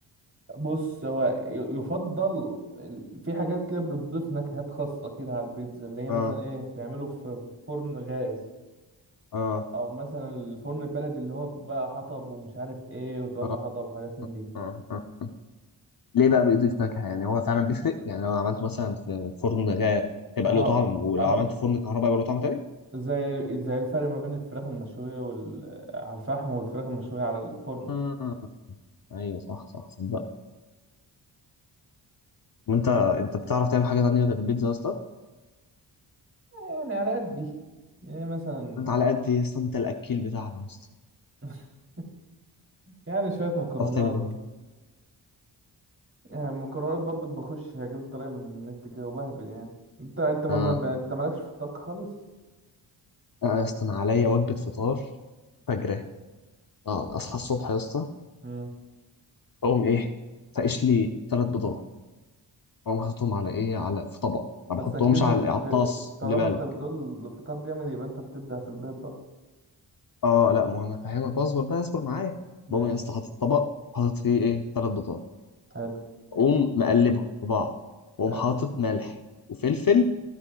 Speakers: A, on the right; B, on the left.
A: بص هو ي- يفضل ال- في حاجات كده بتضيف نكهات خاصة كده على البيتزا اللي هي مثلا
B: اه
A: ايه تعمله في فرن غاز
B: اه
A: او مثلا الفرن البلدي اللي هو بقى حطب ومش عارف ايه وتولع
B: اه
A: حطب وحاجات من دي
B: اه اه ليه بقى بيضيف نكهة يعني هو فعلا بيفرق يعني لو عملته مثلا في فرن غاز هيبقى
A: اهو
B: له طعم ولو
A: اهو
B: عملته في فرن كهرباء هيبقى له طعم تاني
A: زي زي الفرق ما بين الفراخ المشوية وال... على الفحم والفراخ المشوية على الفرن
B: آه. ايوه صح صح صدق وانت
A: ف-
B: انت بتعرف تعمل حاجة تانية غير البيتزا يا اسطى
A: يعني على قدي يعني مثلا
B: انت على قد يا اسطى انت الاكيل بتاعنا يا اسطى
A: <laughs> يعني شوية مكرونات
B: بتعرف تعمل ايه
A: يعني المكرونات برضو بخش اجيب الطريقة من النت كده وبهبل يعني انت انت ما
B: اه
A: ما- ما- انت مالكش في الطبخ خالص
B: آه يا اسطى انا عليا وجبة فطار فجرة اه اصحى الصبح يا اسطى
A: مم.
B: اقوم ايه فاقش لي ثلاث بيضات اقوم حاططهم على ايه على في طبق ما بحطهمش
A: بس اكيد
B: على
A: بت... ب...
B: على الطاس
A: طالما
B: اللي بالك
A: انت بتقول الفطار جامد يبقى انت بتبدع في البيت بقى
B: اه لا ما هو انا فاهمك اصبر بقى اصبر معايا
A: ماشي
B: بقوم يا اسطى حاطط طبق حاطط فيه ايه ثلاث بيضات
A: حلو
B: اقوم مقلبهم في بعض واقوم
A: حلو
B: حاطط ملح وفلفل